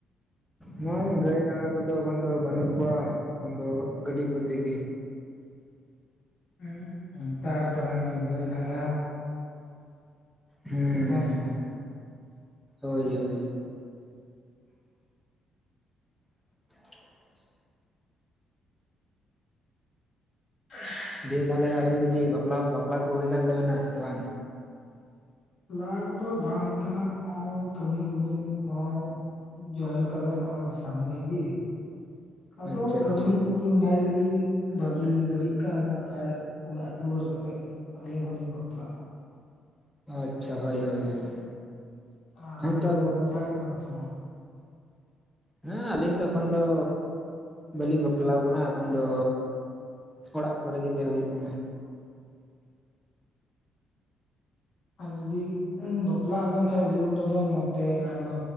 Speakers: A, in the centre; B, on the left.
A: ᱱᱚᱜᱚᱭ ᱜᱟᱹᱭ ᱰᱟᱺᱝᱨᱟ ᱠᱚᱫᱚ ᱵᱟᱹᱜ ᱫᱚ ᱵᱟᱹᱱᱩᱜ ᱠᱚᱣᱟ ᱮᱠᱷᱚᱱ ᱫᱚ ᱜᱟᱹᱰᱤ ᱠᱚᱛᱮ ᱜᱮ
B: ᱦᱩᱸ ᱱᱮᱛᱟᱨ ᱫᱚ ᱦᱮᱸ ᱜᱟᱹᱭ ᱰᱟᱺᱝᱨᱟ
A: ᱦᱩᱸ
B: ᱦᱮᱸ ᱥᱮ
A: ᱦᱳᱭ ᱦᱳᱭ <unintelligible>
B: <unintelligible>
A: ᱫᱤᱭᱮ ᱛᱟᱦᱚᱞᱮ ᱟᱵᱮᱱ ᱫᱚ ᱪᱮᱫ ᱵᱟᱯᱞᱟ ᱵᱟᱯᱞᱟ ᱠᱚ ᱦᱩᱭ ᱟᱠᱟᱱ ᱛᱟᱵᱮᱱᱟ ᱥᱮ ᱵᱟᱝ
B: ᱵᱟᱯᱞᱟ ᱠᱚᱫᱚ ᱵᱟᱝ ᱦᱩᱭᱩᱜ ᱠᱟᱱᱟ ᱱᱚᱜᱚᱭ ᱠᱟᱹᱢᱤ ᱠᱚᱞᱤᱧ ᱱᱚᱜᱚᱭ ᱡᱚᱭᱮᱱ ᱠᱟᱫᱟ ᱱᱚᱣᱟ ᱥᱟᱢᱱᱮ ᱜᱤ ᱟᱫᱚ
A: ᱟᱪᱪᱷᱟ
B: ᱠᱟᱹᱢᱤ
A: ᱟᱪᱪᱷᱟ
B: ᱠᱩᱞᱤᱧ ᱧᱮᱞ ᱞᱤᱜᱤ ᱵᱷᱟᱹᱜᱤ ᱞᱤᱧ ᱫᱟᱹᱲᱤᱜ ᱠᱟᱱᱟ ᱠᱷᱟᱡ ᱚᱲᱟᱜ ᱫᱩᱣᱟᱹᱨ ᱠᱟᱛᱮᱜ ᱟᱹᱞᱤᱧ ᱦᱚᱞᱤᱧ ᱵᱟᱯᱞᱟᱜᱼᱟ
A: ᱟᱪᱪᱷᱟ ᱦᱳᱭ ᱦᱳᱭ ᱦᱳᱭ
B: ᱟᱨ
A: ᱦᱮᱸᱛᱚ
B: ᱟᱵᱮᱱ ᱫᱚ ᱵᱟᱯᱞᱟᱭ ᱱᱟᱵᱮᱱ ᱥᱮ ᱵᱟᱝ
A: ᱦᱮᱸ ᱟᱹᱞᱤᱧ ᱫᱚ ᱮᱠᱷᱚᱱ ᱫᱚ ᱵᱟᱹᱞᱤᱧ ᱵᱟᱯᱞᱟᱣ ᱠᱟᱱᱟ ᱮᱠᱷᱚᱱ ᱫᱚ ᱚᱲᱟᱜ ᱠᱚᱨᱮ ᱜᱮ ᱛᱟᱦᱮᱸ ᱦᱩᱭᱩᱜ ᱠᱟᱱᱟ
B: ᱟᱨ ᱡᱩᱫᱤ ᱵᱟᱯᱞᱟᱜ ᱟᱵᱮᱱ ᱠᱷᱟᱱ ᱞᱟᱹᱭᱚ ᱱᱚ ᱵᱮᱱ ᱱᱚᱛᱮ ᱟᱭᱢᱟ